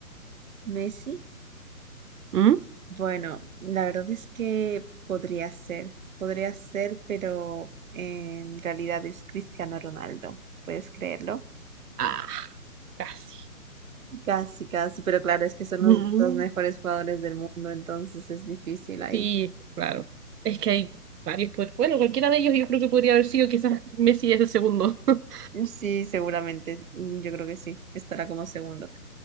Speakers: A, on the right; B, on the right.
A: ¿Messi?
B: ¿Mm?
A: Bueno, la verdad es que podría ser, podría ser, pero en realidad es Cristiano Ronaldo, ¿puedes creerlo?
B: Ah, casi.
A: Casi, casi, pero claro, es que son
B: Mm,
A: los dos mejores jugadores del mundo, entonces es difícil ahí.
B: sí, claro. Es que hay varios. pod- Bueno, cualquiera de ellos yo creo que podría haber sido quizás Messi es el segundo. <laughs>
A: Sí, seguramente. mm, Yo creo que sí. Estará como segundo.